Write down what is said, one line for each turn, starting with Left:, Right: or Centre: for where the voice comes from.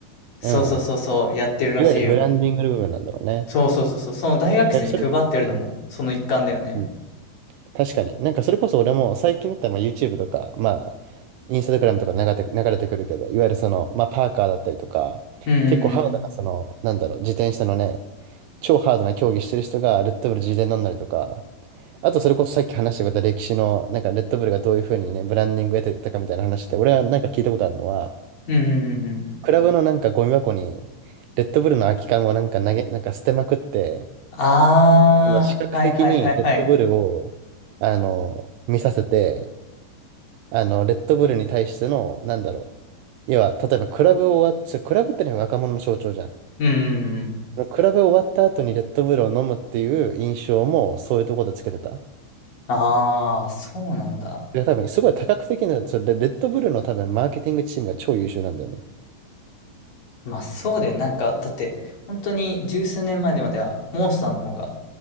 Left: そうそうそうそうやってるらしいよ。
Right: うん。いわゆるブランディングの部分なんだろうね。
Left: そうそうそうそう、その大学生に配ってるのもその一環だよね。
Right: だからそれ、うんうん。確かに。なんかそれこそ俺も最近だったらまあ YouTube とか、まあ、インスタグラムとか流れて、流れてくるけど、いわゆるその、まあパーカーだったりとか、
Left: うんうん
Right: 結構ハードなその、なんだろう、自転車のね、超ハードな競技してる人がレッドブル自転乗んだりとか、あとそれこそさっき話してくれた歴史の、なんかレッドブルがどういうふうにね、ブランディングを得てたかみたいな話って、俺はなんか聞いたことあるのは、
Left: うんうん。うんうんうんうん。
Right: クラブのなんかゴミ箱に、レッドブルの空き缶をなんか投げ、なんか捨てまくって、
Left: ああ、
Right: あの視覚的にレッドブルを、
Left: はいはいはいはい。
Right: あの、見させて、あの、レッドブルに対しての、なんだろう。要は、例えばクラブを終わっちゃ、クラブってのは若者の象徴じゃ
Left: うんうんうん。
Right: ん。クラブ終わった後にレッドブルを飲むっていう印象もそういうところでつけてた。
Left: ああ、そうなんだ。
Right: いや多分すごい多角的な、それレレッドブルの多分マーケティングチームが超優秀なんだよね。
Left: まあそうだよ。なんか、だって、本当に十数年前までは、モンスターの方が